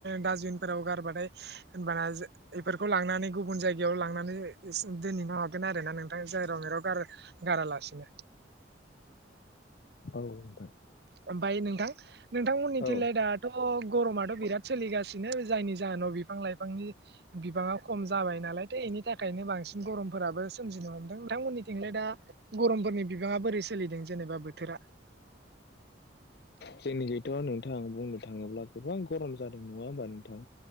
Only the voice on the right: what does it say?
डास्बिनफोराव गारबाथाय हबाना बेफोरखौ लांनानै गुबुन जायगायाव लांनानै दिनै मा हागोन आरो ना नोंथां जाय राव मेराव गार गारालासिनो
ओमफफ्राय नोंथां नोंथांमोननिथिलाय
दाथ' गरमाथ' बिराद सोलिगासिनो जायनि जाहोनाव। बिफां लाइफांनि बिबाङा खम जाबाय नालाय थ' बेनि थाखायनो बांसिन गरमफोराबो सोमजिनो हम नोंथांमोननिथिंलाय दा गरमफोरनि बिबाङा बोरै सोलिदों जेनेबा बोथोरा?